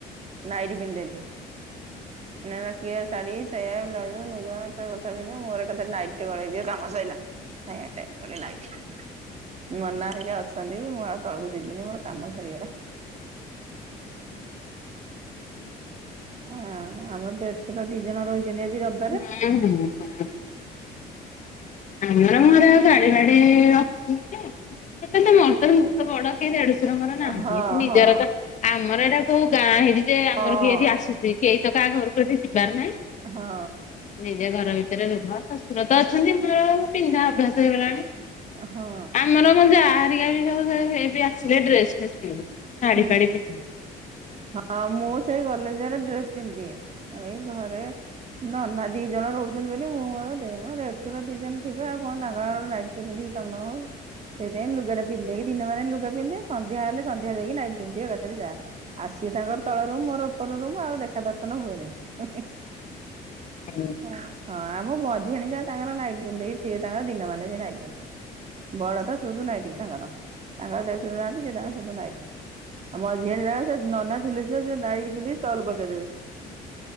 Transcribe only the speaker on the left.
<unintelligible> ଆମର ମୋର ଆଉ ଶାଢୀ ମାଡି ଅଛି ଯେ। କେତେ ସେ ମୋର ତ ମୁଁ ତ ବଡ କେ ଦେଡଶୁ ଶୁର ମୋର ନାହାନ୍ତି।
ଏଠି ନିଜର
ତ ଆମର ଏଟା କୋଉ ଗାଁ ହେଇଚି ଯେ ଆମର
କିଏ ଏଠି ଆସୁ ଚି କେଇ ତ କା ଘରକୁ ଏଠି ଯିବାର ନାହିଁ।
ନିଜେ ଘର ଭିତରେ ରୁହ। ଶଶୁର ତ ଅଛନ୍ତି, ମୋର ପିନ୍ଧା ଅଭ୍ୟାସ ହେଇଗଲାଣି।
ମୋର ମୋ ଯା ହେରିକା ବି ସବୁ ସେ ସେ ବି ଆସିଲେ ଡ୍ରେସ୍ ଫ୍ରେସୂ ପିନ୍ଧେ। ଶାଢ଼ୀ
ଫାଡି ସେ ପିନ୍ଧେନି।
ହଁ।